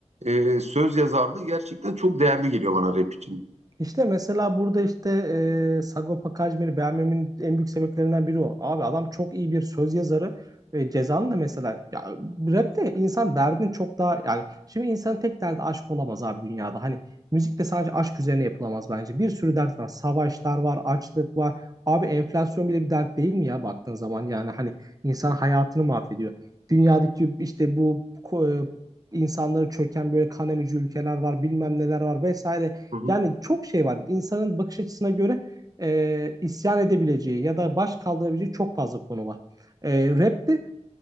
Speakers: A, on the right; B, on the right.
A: e, söz yazarlığı gerçekten çok değerli geliyor bana rap için.
B: İşte mesela burada işte e, Sagopa Kajmer'i beğenmemin en büyük sebeplerinden biri o. Abi adam çok iyi bir söz yazarı. E, Ceza'nın da mesela ya, rapte insan derdini çok daha yani şimdi insanın tek derdi aşk olamaz abi dünyada. Hani müzikte sadece aşk üzerine yapılamaz bence. Bir sürü dert var. Savaşlar var, açlık var. Abi enflasyon bile bir dert değil mi ya baktığın zaman yani hani insan hayatını mahvediyor. Dünyadaki işte bu ko- e, insanları çöken böyle kan emici ülkeler var, bilmem neler var vesaire
A: Hı hı.
B: yani çok şey var. İnsanın bakış açısına göre e, isyan edebileceği ya da baş kaldırabileceği çok fazla konu var. E, rap'te